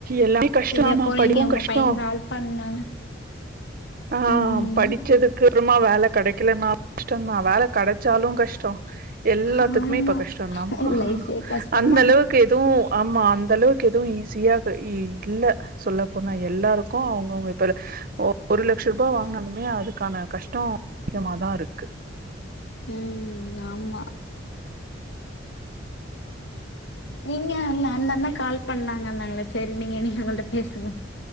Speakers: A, on the right; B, on the left.
A: எல்லாமே கஷ்டோமா
B: செரி அப்போ நீங்க
A: படிப்பு
B: உங்க
A: கஷ்டோ
B: பையன் கால் பண்ணாங்க
A: ஆ
B: ம்
A: படி ச்சதுக்கு அப்றமா வேல கெடைக்கலனாலு கஷ்டந்தா வேல கெடச்சாலு கஷ்டோ எல்லாத்துக்குமே
B: ஆமா
A: இப்ப கஷ்டோந்தான்பா
B: லைஃபே கஷ்டந்தா
A: அந்த அளவுக்கு எதுவு ஆமா அந்த அளவுக்கு எதுவு ஈஸியா இல்ல சொல்லப் போனா எல்லாருக்கு அவுங்கவுங்க இப்ப ஒரு லட்ச ரூபா வாங்குனாலுமே அதுக்கான கஷ்டோ <inaudible> திகமாதா இருக்
B: ம் ஆமா நீங்க இல்ல அந்த அண்ண கால் பண்ணாங்கன்னாங்களே செரி நீங்க நீங்க அவுங்கள்ட்ட பேசுங்க